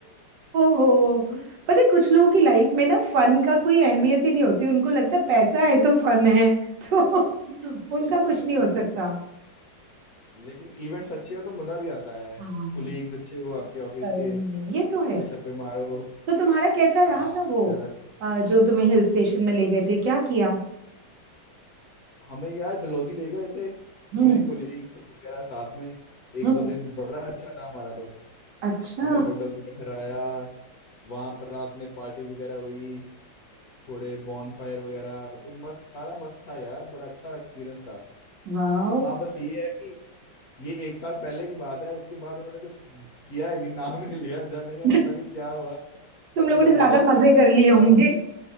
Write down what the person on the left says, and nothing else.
सही
बात है
यार
लेकिन इवेंट्स अच्छे हो तो मजा भी आता है
कोलीग्स अच्छे हो आपके ऑफिस
के
गप्पे
शप्पे मारो
डांस
वगैरह
हमें यार डलोजी ले गए थे
पूरे कोलीग्स वगैरह साथ में एक
दो दिन बड़ा अच्छा था हमारा तो
हमें होटल्स में ठहराया वहां पर रात में पार्टी वगैरह हुई थोड़े बॉनफायर वगैरह तो मस्त सारा मस्त था यार बड़ा अच्छा एक्सपीरियंस था
हाँ बस ये है कि ये एक साल पहले की बात है उसके बाद उन्होंने कुछ किया ही नहीं नाम ही नहीं लिया जाने का
पता नहीं क्या हुआ
इनका
बजट
कम
है
क्या
हुआ